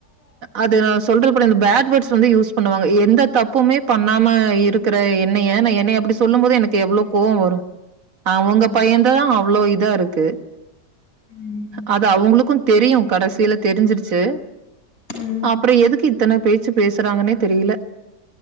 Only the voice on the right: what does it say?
அது நான் சொல்ற <unintelligible> இந்த பேட்வர்ட்ஸ் வந்து யூஸ் பண்ணுவாங்க எந்த தப்புமே பண்ணாம இருக்கிற எண்ணய நான் என்ன அப்படி சொல்லும் போது எனக்கு எவ்வளவு கோவம் வரும் அவங்க
பையன தான் அவ்ளோ இதா இருக்கு
அது அவங்களுக்கும் தெரியும் கடைசியில தெரிஞ்சிருச்சு
அப்புறம் எதுக்கு இத்தன பேச்சு பேசுறாங்கன்னே தெரியல